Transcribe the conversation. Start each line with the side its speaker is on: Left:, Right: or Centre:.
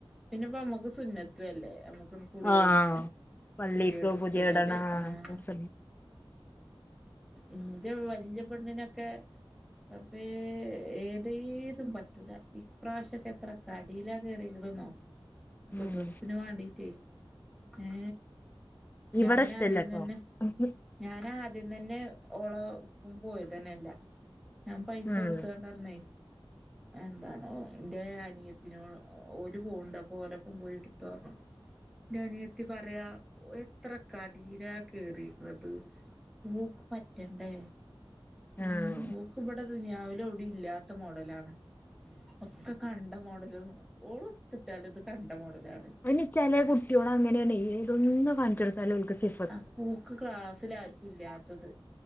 Centre: പിന്നെപ്പമ്മുക്ക്. സുന്നത്ത്ല്ലേ. നമ്മുക്ക്.. കുളി
Left: ആഹ്
Centre: കഴിഞ്ഞ്
Left: പള്ളിക്ക്
Centre: പുതിയ ഡ്രസ്സ് ഇടല്.
Left: ഇടണ
Centre: ആഹ്
Left: ഡ്രസ്സ്.
Centre: ഇന്റെ വല്ല്യ പെണ്ണിനൊക്കെ.. റബ്ബേ. ഏതേതും പറ്റൂല. ഇപ്രാവശ്യക്കെ ത്ര.. കടിയിലാ കേറിക്ണന്നോ. ക്ക്
Left: ഉം
Centre: ഡ്രെസ്സിന് വണ്ടീട്ടേ.. ഹേ.
Left: ഇവിടെ
Centre: ഞാനാദ്യതന്നെ..
Left: ഇഷ്ടല്ലട്ടോ ഉം
Centre: ഞൻ ആദ്യതന്നെ. ഓളോ. ഒപ്പം. പോയതന്നല്ല.. ഞാൻ പൈസ
Left: ആഹ്
Centre: കൊടുത്തണ്ടർണെ. എന്താണ്. ഒ. ന്റെഅനിയ തിനോള്. ഓൽ പോണ്ട്. അപ്പൊ ഓലപ്പം പോയിടുത്തോർന്ന്. ന്റെഅനിയത്തി. പറയാ.. ഒ. എത്ര കടീല. കെറീക്ണത്. ഓക്ക് പറ്റണ്ടേ.. മ്മ്ഹ്.
Left: ആഹ്
Centre: ഓക് ഇവടെ. ദുനിയാവിലൊവുടി. ഇല്ലാത്ത മോഡലാണ്. ഒകെ.. കണ്ട മോഡലും. ഓള്ഒത്ത്ട്ടാലും. ഇത് കണ്ട മോഡലാണ്..
Left: ഇനി ചെല കുട്ട്യോളങ്ങനെയാണ്. ഇ തൊന്ന്. കാണിചോ. <unintelligible> സിഫ്
Centre: ആഹ് പൂക്ക് ക്ലാസ്സിലാർക്കു ഇല്ലാത്തത്.